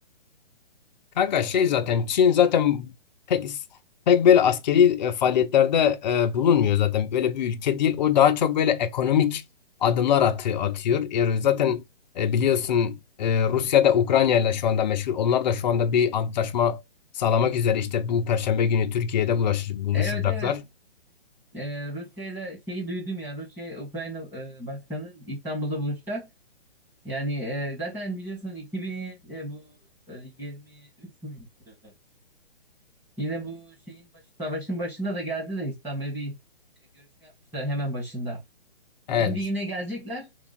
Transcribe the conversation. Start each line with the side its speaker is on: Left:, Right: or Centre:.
Left: Kanka şey zaten Çin zaten pek pek böyle askeri e, faaliyetlerde e, bulunmuyor zaten. Böyle bir ülke değil. O daha çok böyle ekonomik adımlar atı, atıyor. Yani zaten e, biliyorsun e, Rusya da Ukrayna ile şu anda meşgul. Onlar da şu anda bir antlaşma sağlamak üzere işte bu Perşembe günü Türkiye'de bulaş, buluşacaklar.
Centre: Evet evet. E, Rusya ile şeyi duydum ya. Rusya Ukrayna e, Başkanı İstanbul'da buluşacak. Yani e, zaten biliyorsun 2000 e, bu e, 23 müydü? Yine bu şeyin başı savaşın başında da geldi de İstanbul'a bir e, görüşme yapmışlar hemen başında.
Left: Evet.
Centre: Şimdi yine gelecekler.